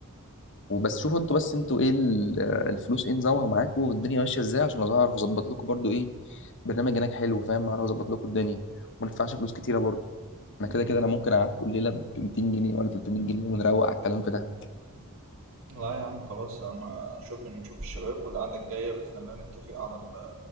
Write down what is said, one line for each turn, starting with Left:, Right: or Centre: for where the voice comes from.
Left: وبس شوفوا انتوا بس انتوا ايه ال- الفلوس ايه نظامها معاكم والدنيا ماشيه ازاي عشان اعرف اظبط لكم برضو ايه برنامج هناك حلو فاهم اعرف اظبط لكم الدنيا وما ندفعش فلوس كتيره برضو انا كده كده انا ممكن اقعدكم الليله ب 200 جنيه ولا 300 جنيه ونروق على الكلام في ده
Right: لا يا عم خلاص أنا شوف نشوف الشباب والقعدة الجاية بإذن الله نتفق على ال